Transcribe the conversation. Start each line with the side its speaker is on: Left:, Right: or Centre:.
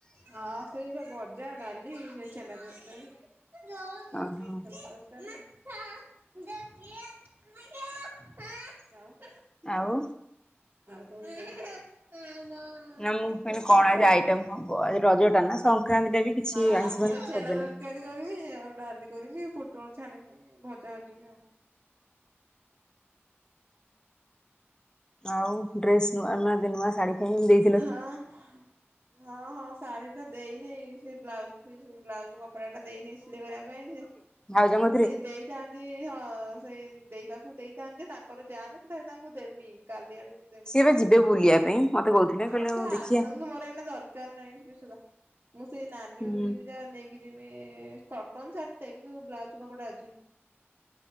Right: ହଁ ସେଇ ବା ଭଜା ଡାଲି ସେଇ ଛେନା ତରକାରୀ। ଦଉନାହାନ୍ତି
Left: ଓହୋ
Right: କି ନା ଥା ଦେଖିଆ। <unintelligible>
Left: ଆଉ।
Right: <unintelligible>
Left: ନା ମୁଁ କହିଲି କଣ ଆଜି ଆଇଟମ୍ ହବ ଆଜି ରଜଟା ନା ସଂକ୍ରାତିଟା ବି କିଛି
Right: ହଁ
Left: ଆଇଁଷ ଫାଇଷ
Right: ସେ ଛେନା
Left: ହବନି।
Right: ତରକାରୀ କରିବି ଆଉ ଡାଲି କରିମି ପୋଟଳ ଛାଣିବି ଭଜା ଭାଜିବି ଆଉ।
Left: ଆଉ। ଡ୍ରେସ ନୂଆ ନୂଆ ଶାଢୀ କିଣିବି।
Right: ହଁ- ହଁ -ହଁ ଶାଢୀ ଟା ଦେଇନି ସେ ବ୍ଲାଉଜ୍ ପିସ୍ ବ୍ଲାଉଜ୍ କ କପଡ଼ାଟା ଦେଇନି ସିଲେଇ କରିବା ପାଇଁ ସେ
Left: ଆଉ ଯମୁ
Right: ସେଇ ଦେଇ ଥାନ୍ତି, ହଁ ସେଇ ଦେଇ ପାଖକୁ ଦେଇଥାନ୍ତି ଯେ ତାଙ୍କର ଯାମେ ତ ତାଙ୍କୁ ଦେମି କାଲି ଆଡୁ ଦେ
Left: ସିଏ ବା ଯିବେ ବୁଲିବା ପାଇଁ ମତେ କହୁଥିଲେ କହିଲେ
Right: ଅଁ ସେ
Left: ଆଉ ଦେଖିଆ
Right: ଆସନ୍ତୁ ମୋର ଏନା ଦର୍ କା ନାହିଁ ସେରା ସୁଧା ମୁଁ ସେ ନାନୀ
Left: ହୁଁ।
Right: ଘରକୁ ଯିମି ତା ନେଇକି ଯିମି -ଇ -ଇ -ଇ କଟନ୍ ସାର୍ଟଟେ କିନ୍ତୁ ବ୍ଲାଉଜ୍ କପଡା ଅଛି।